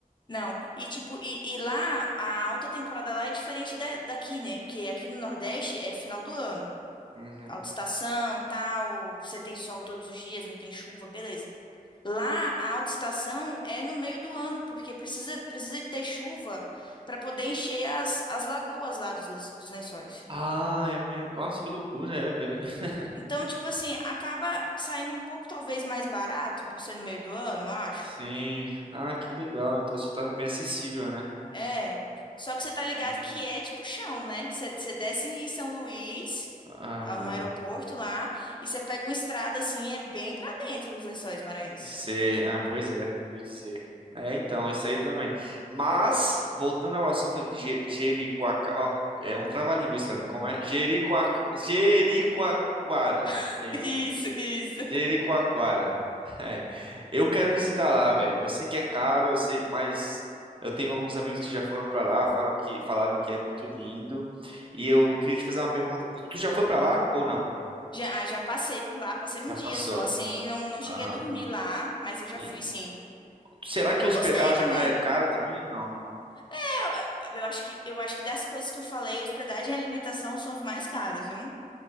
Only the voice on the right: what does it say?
Uhum.
Ah, é mesmo. Nossa, que loucura, é, velho. <laughs>
Sim. Ah, que legal. Então se torna bem acessível, né?
Sim.
Aham.
Sei. Ah, pois é, eu ouvi dizer. É, então, isso aí também. Mas, voltando ao assunto de Je- Jericoacoara. Ó, é um trava-língua isso pra mim. Como é? Jericoa... Jericoacoara.
É isso.
Jericoacoara. É. Eu quero visitar lá, velho. Eu sei que é caro, eu sei, mas eu tenho alguns amigos que já foram pra lá, falaram que falaram que é muito lindo. E eu queria te fazer uma pergunta. Tu já foi pra lá ou não?
Já
passou.
Aham.
Sim.
Será que
hospedagem
lá é caro também ou não?